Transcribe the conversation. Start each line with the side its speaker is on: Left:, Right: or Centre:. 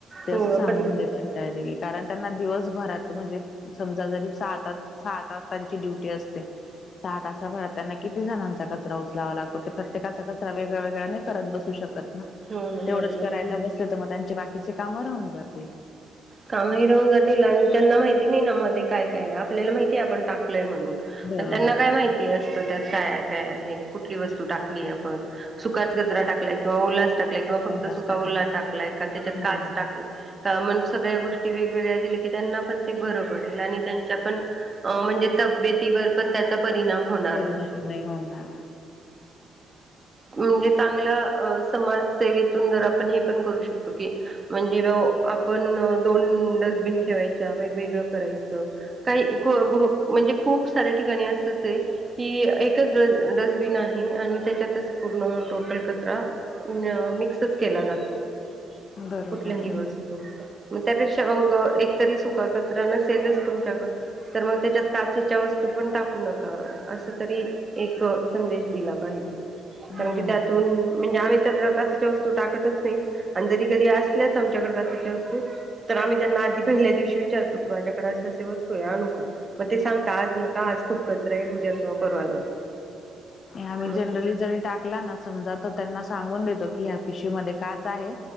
Left: ते
Right: हो
Left: असं सांगून
Right: आपण
Left: देतात डायरेक्टली. कारण त्यांना दिवसभरात म्हणजे समजा जरी सहा तास, सहा तास त्यांची ड्युटी असते. सहा तासाभरात त्यांना किती जणांचा कचरा उचलावा लागतो ते प्रत्येकाचा कचरा वेगळ्या-वेगळ्या नाही का करत बसू शकत ना
Right: हो ना
Left: तेवढंच
Right: बरोबर
Left: करायला बसल तर मग त्यांचे बाकीचे कामं राहून जातील.
Right: काम हि राहून जातील आणि त्यांना माहिती नाही ना मध्ये काय काय आपल्याला माहितीय आपण टाकलय म्हणून
Left: बरोबर
Right: पण त्यांना काय
Left: आहे
Right: माहिती असत त्यात काय, काय हे कुठली वस्तू टाकली आपण सुकाच कचरा टाकला. किंवा उलाच टाकलाय किंवा फक्त
Left: जास्त
Right: सुकावला
Left: आहे
Right: टाकलाय का त्याच्यात
Left: पण
Right: काच टाकलाय सगळ्या गोष्टी वेगवेगळ्या दिल्या की त्यांना पण ते बरं पडेल आणि त्यांच्या पण अ म्हणजे तब्येतीवर पण त्याचा परिणाम होणार
Left: परिणाम
Right: नाही. <inaudible>
Left: होणार.
Right: म्हणजे चांगला समाजसेवेतून जर आपण हे पण करू शकतो की म्हणजे आपण दोन डस्टबिन ठेवायच्या वेगवेगळं करायचं. काही म्हणजे खूप सऱ्या ठिकाणी असतच आहे. कि एकच डस्टबिन आहे आणि त्याच्यातच पूर्ण टोटल कचरा न मिक्सच केला जातो.
Left: बरोबर
Right: कुठल्याही
Left: आहे.
Right: वस मग त्यापेक्षा अग एकतरी सुका कचरा नसेलच तुमच्याकड तर मग त्याच्यात काचेच्या वस्तू पण टाकू नका असं तरी एक संदेश दिला पाहिजे.
Left: हम्म
Right: कारण की त्यातून म्हणजे आम्ही तर काचेच्या वस्तू टाकतच नाही आणि जरी कधी असल्याच आमच्याकड काचच्या वस्तु तर आम्ही त्यांना आधी पहिल्या दिवशी विचारतो. की माझ्याकडे अस -अस वस्तू आहे अनु का? मग ते सांगता आज नका आज खूप कचरा आहे उद्या किंवा परवा लागल.
Left: आम्ही
Right: मग
Left: जनरली
Right: त्याच
Left: जरी टाकला ना समजा तर त्यांना सांगून देतो की ह्या पिशवी मध्ये काच आहे.